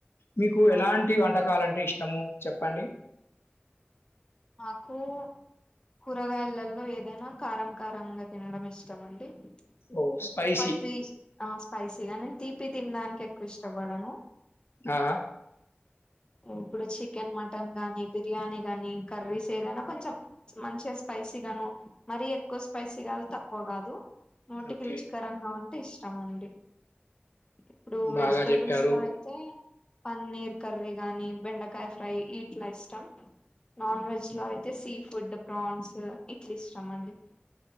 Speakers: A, on the left; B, on the left.
A: మీకు ఎలాంటి
B: అవును
A: వంటకాలంటే ఇష్టము చెప్పండి
B: మాకు కూరగాయలలో ఏదైనా కారం కారంగా తినడం ఇష్టమండి
A: ఓహ్!
B: ఎక్కువ
A: స్పైసీ.
B: త్రీస్ స్పైసీగా నేను తీపి తినడానికి ఎక్కువ ఇష్టపడను
A: ఆ
B: ఇప్పుడు చికెన్ మటన్ గాని బిర్యానీ గాని కర్రీస్ ఏదైనా కొంచెం మంచిగా స్పైస్ స్పైసీ గాను మరీ ఎక్కువ స్పైసీ కాదు తక్కువ కాదు నోటికి
A: ఓకే.
B: రుచికరంగా ఉంటే ఇష్టమండి ఇప్పుడు
A: బాగా
B: వెజిటబుల్స్
A: జెప్పారు.
B: లో అయితే పన్నీర్ కర్రీ గాని బెండకాయ ఫ్రై ఇట్ల ఇష్టం నాన్ వెజ్ లో అయితే సీ ఫుడ్ ప్రాన్స్ ఇట్లిష్టమండి